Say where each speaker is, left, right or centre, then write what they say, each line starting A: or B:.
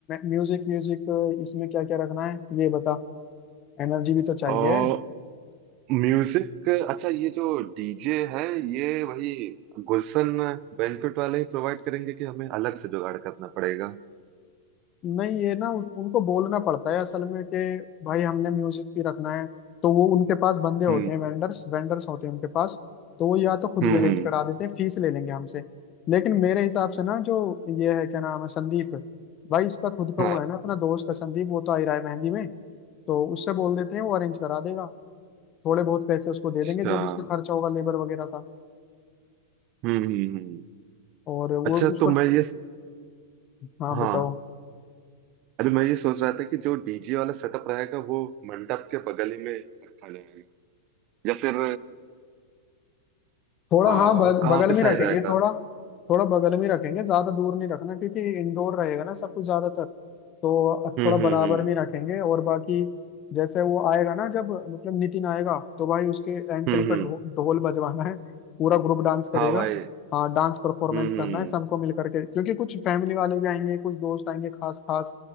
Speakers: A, on the left; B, on the right.
A: म्यूजिक म्यूजिक इसमें क्या क्या रखना है ये बता एनर्जी भी तो चाहिए
B: और म्यूजिक अच्छा ये जो डीजे है ये वही गुलशन बैंक्वेट वाले ही प्रोवाइड करेंगे कि हमें अलग से जुगाड़ करना पड़ेगा
A: नहीं ये ना उन- उनको बोलना पड़ता है असल में कि भाई हमने म्यूजिक भी रखना है तो वो उनके पास बंदे होते
B: हम्म
A: हैं वेंडर्स वेंडर्स होते हैं उनके पास तो वो या तो खुद
B: हम्म
A: भी अरेंज
B: हम्म
A: करा देते हैं फीस ले लेंगे हमसे लेकिन मेरे हिसाब से ना जो ये है क्या नाम है संदीप भाई इसका खुद का
B: हाँ
A: वो है ना अपना दोस्त है संदीप वो तो आ ही रहा है मेहंदी में तो उससे बोल देते हैं वो अरेंज करा देगा थोड़े बहुत पैसे उसको दे
B: अच्छा
A: देंगे जो भी उसका
B: हम्म
A: खर्चा होगा लेबर वगैरह का
B: हम्म हम्म।
A: और वो
B: अच्छा
A: उसको
B: तो मैं ये
A: हाँ
B: हाँ
A: बताओ
B: अरे मैं ये सोच रहा था कि जो डीजे वाला सेटअप रहेगा वो मंडप के बगल ही में रखा जाएगा या फिर
A: थोड़ा
B: हाँ
A: हाँ बग-
B: कहाँ
A: बगल
B: पे
A: में
B: सही
A: रखेंगे
B: रहेगा
A: थोड़ा थोड़ा बगल में रखेंगे ज्यादा दूर नहीं रखना क्योंकि इंडोर रहेगा ना सब कुछ ज्यादातर तो
B: हम्म
A: थोड़ा
B: हम्म
A: बराबर
B: हम्म
A: में रखेंगे और बाकी जैसे वो आएगा ना जब मतलब नितिन आएगा तो भाई उसके एंट्री
B: हम्म
A: पर
B: हम्म।
A: ढो, ढोल बजवाना है पूरा ग्रुप डांस करेगा
B: हाँ भाई
A: हाँ डांस परफॉर्मेंस
B: हम्म
A: करना
B: हम्म
A: है सबको मिल करके क्योंकि कुछ फैमिली वाले भी आएंगे कुछ दोस्त आएंगे खास खास